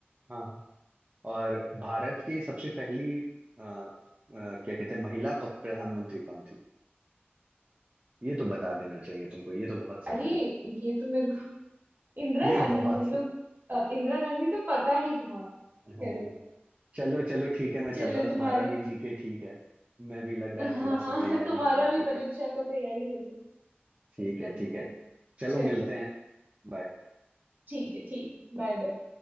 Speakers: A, on the right; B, on the right.
A: हाँ हाँ। और भारत की सबसे पहली आ, आ, क्या कहते हैं महिला प- प्रधानमंत्री कौन थी ये तो बता देना चाहिए तुमको ये तो बहुत सरल
B: अरे
A: है
B: ये तो मेरे को <laughs> इंदिरा
A: ये
B: गांधी
A: बहुत
B: हम लोग अ, इंदिरा गांधी तो पता ही था
A: हाँ
B: चलो
A: चलो चलो ठीक है मैं
B: चलो
A: चलता हूँ तुम्हारा
B: तुम्हारे
A: भी जीके ठीक है मैं भी लग रहा
B: हाँ
A: है थोड़ा सा तैयारी
B: <laughs> तुम्हारा
A: करना
B: भी
A: पड़ेगी
B: परीक्षा का तैयारी हो
A: ठीक
B: एकदम
A: है ठीक
B: एकदम
A: है चलो
B: चलो
A: मिलते हैं बाय
B: ठीक है ठीक है बाय बाय